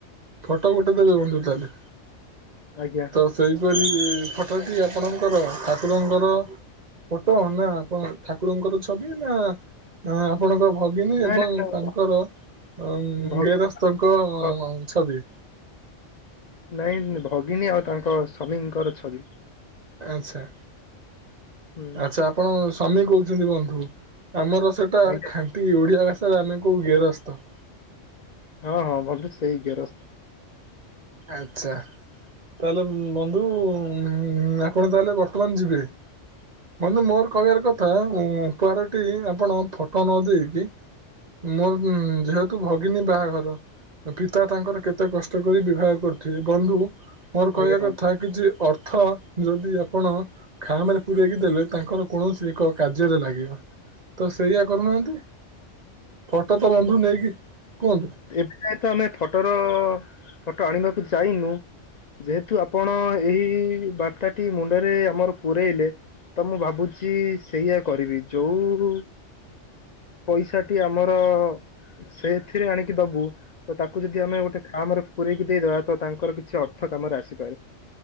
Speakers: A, on the right; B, on the left.
A: ଫଟୋ ଗୋଟେ ଦେବି ବନ୍ଧୁ ତାହେଲେ
B: ଆଜ୍ଞା
A: ତ ସେହିପରି ଫଟୋଟି ଆପଣଙ୍କର ଠାକୁରଙ୍କର ଫଟୋ ନା କଣ ଠାକୁରଙ୍କର ଛବି ନା ନା ଆପଣଙ୍କ ଭଗିନୀ
B: ନାଇଁ
A: ଏବଂ
B: ନାଇଁ
A: ତାଙ୍କର ଅ
B: ନାଇଁ
A: ଗେରସ୍ତଙ୍କ
B: ଭ
A: ଛବି
B: ନାଇଁ ଭଗିନୀ ଆଉ ତାଙ୍କ ସ୍ଵାମୀଙ୍କର ଛବି।
A: ଆଚ୍ଛା ଆଚ୍ଛା
B: ହୁଁ
A: ଆପଣ ସ୍ୱାମୀ କୋହୁଚନ୍ତି ବନ୍ଧୁ ଆମର ସେଟା
B: ଆଜ୍ଞା
A: ଖାଣ୍ଟୀ ଓଡିଆ ଭାଷାରେ ଆମେ କୋଉ ଗେରସ୍ତ।
B: ହଁ ହଁ ବନ୍ଧୁ ସେଇ ଗେରସ୍ତ।
A: ଆଚ୍ଛା ତାହେଲେ ବନ୍ଧୁ ଉଁ ଆପଣ ତାହେଲେ ବର୍ତ୍ତମାନ ଯିବେ ବନ୍ଧୁ ମୋର କହିବାର କ ତା ଉପହାରଟି ଆପଣ ଫଟୋ ନ ଦେଇକି ମୋର ଯେହେତୁ ଭଗିନୀ ବାହାଘର ପିତା ତାଙ୍କର କେତେ କଷ୍ଟ କରି ବିବାହ କରୁଥୁବେ ବନ୍ଧୁ ମୋର କହିବା
B: ଆଜ୍ଞା ବନ୍ଧୁ
A: କଥା କିଛି ଅର୍ଥ ଯଦି ଆପଣ ଖାମରେ ପୁରେଇକି ଦେଲେ ତାଙ୍କର କୌଣସି ଏକ କାର୍ଯ୍ୟରେ ଲାଗିବ। ତ ସେଇଆ କରୁନାହାନ୍ତି ଫଟୋ ତ ବନ୍ଧୁ ନେଇକି କୁହନ୍ତୁ।
B: ଯେହେତୁ ଆମେ ଫଟୋର ଫଟୋ ଆଣିବାକୁ ଯାଇନୁ ଯେହେତୁ ଆପଣ ଏହି ବାର୍ତ୍ତାଟି ମୁଣ୍ଡରେ ଆମର ପୁରେଇଲେ ତ ମୁଁ ଭାବୁଚି ସେଇଆ କରିବି ଯୋଉରୁ ପଇସା ଠି ଆମର ସେଥିରେ ଆଣିକି ଦୋବୁ ତ ତାକୁ ଯଦି ଆମେ ଗୋଟେ ଖାମରେ ପୁରେଇକି ଦେଇଦବା ତ ତାଙ୍କର କିଛି ଅର୍ଥ କାମରେ ଆସିପାରେ।